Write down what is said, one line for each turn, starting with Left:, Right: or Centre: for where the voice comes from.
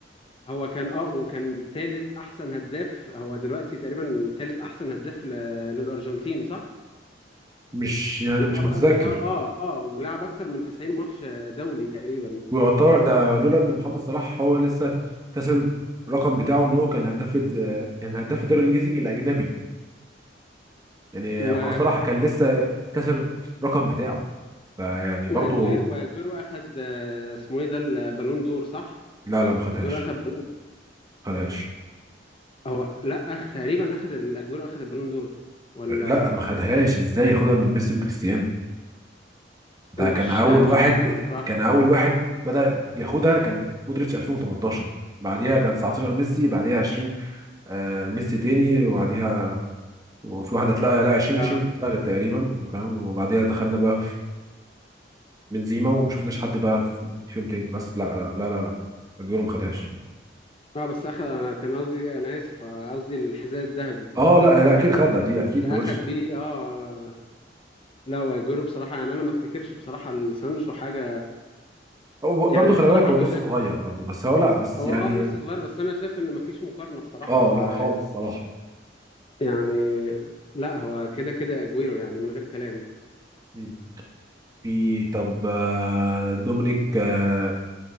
Left: هو كان اه وكان تالت احسن هداف هو دلوقتي تقريبا تالت احسن هداف ل- للارجنتين صح
Right: مش يعني
Left: ولعب
Right: مش متذكر
Left: لعب اه اه ولعب اكتر من 90 ماتش آه، دولي تقريبا
Right: ويعتبر ده لولا ان محمد صلاح هو لسه كسر الرقم بتاعه ان هو كان هداف الد- آه، كان هداف الدوري الانجليزي الاجنبي يعني
Left: و...
Right: محمد صلاح كان لسه كسر الرقم بتاعه فيعني برضه
Left: واجويرو واجويرو اخد آه، اسمه ايه ده البالون دور صح
Right: لا لا ما خدهاش
Left: اجويرو اخد بالون
Right: ما خدهاش
Left: هو لا اخد تقريبا اخد الاجويرو اخد البالون دور ولا
Right: لا ما خدهاش ازاي ياخدها من ميسي وكريستيانو ده
Left: مش
Right: كان اول
Left: مش
Right: واحد
Left: فاكر بصراحة
Right: كان اول واحد بدأ ياخدها كان مودريتش 2018 بعديها كان 19 ميسي بعديها 20 آه ميسي تاني وبعديها وفي واحده اتلغى لا 2020
Left: اه
Right: دي اتلغت تقريبا فاهم وبعديها دخلنا بقى في بنزيما وما شفناش حد بقى في فيهم تاني بس لا لا لا لا, لا. اجويرو ما خدهاش
Left: اه بس اخد انا كان قصدي انا اسف آه، قصدي الحذاء الذهبي
Right: اه لا لا اكيد خدها دي اكيد
Left: ده
Right: دوش
Left: اخد بيه اه لا واجويرو بصراحه يعني انا ما افتكرش بصراحه لسانشو حاجه
Right: هو ب-
Left: يعني
Right: برضه خلي
Left: بصراحه
Right: بالك هو
Left: انا
Right: لسه
Left: شايف
Right: صغير برضه بس هو لا بس
Left: هو
Right: يعني
Left: اه لسه صغير بس انا شايف ان مفيش مقارنه بصراحه
Right: اه
Left: هو
Right: لا خالص صراحه
Left: يعني لا هو كده كده اجويرو يعني من غير كلام
Right: مم. في طب آه، دومينيك آه،